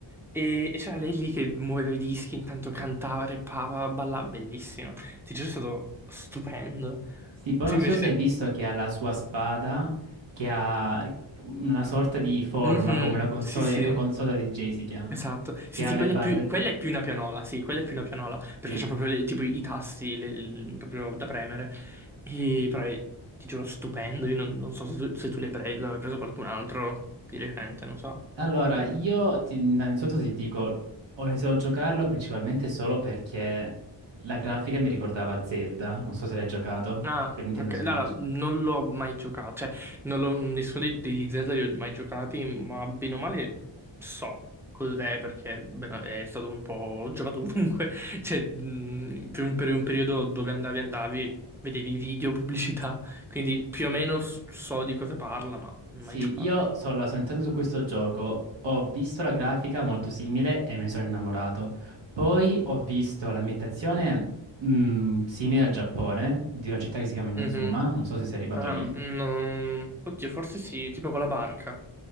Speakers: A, in the centre; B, on the right.
A: E, e c'era lei lì che muoveva i dischi, intanto cantava, rappava, ballava. Bellissimo. Ti giuro, è stato stupendo.
B: Sì, poi
A: Tu
B: non
A: invece...
B: so se hai visto che ha la sua spada che ha una sorta di forma
A: Mhm,
B: come una console,
A: sì, sì.
B: eco console da DJ si chiama,
A: Esatto, sì,
B: che ha
A: sì,
B: le
A: quella
B: barre.
A: è più, quella è più una pianola, sì, quella è più una pianola, perché
B: Sì.
A: c'ha proprio le- tipo i tasti le- il- proprio da premere, e, però è- ti giuro, stupendo, io non, non so se tu, se tu l'hai preso, hai preso qualcun altro di recente, non so.
B: Allora, io ti- innanzitutto ti dico, ho iniziato a giocarlo principalmente solo perché la grafica mi ricordava Zelda, non so se l'hai giocato
A: Ah,
B: per Nintendo
A: ok.
B: Switch.
A: Allora, non l'ho mai giocato, cioè, non l'ho- nessuno dei- degli Zelda li ho mai giocati, ma bene o male so cos'è, perché bene, è stato un po'... ho giocato ovunque, <laughs> cioè, mh, per un, per un periodo dove andavi, andavi, vedevi video, pubblicità, quindi più o meno s- so di cosa parla, ma non
B: Sì,
A: ho mai giocato.
B: io sono, sono entrato su questo gioco, ho visto la grafica molto simile e me ne sono innamorato. Poi ho visto l'ambientazione mh, simile al Giappone, di una città che si chiama Inazuma,
A: Mhm.
B: non so se sei arrivato
A: Ah,
B: lì.
A: no. Oddio, forse sì, tipo con la barca.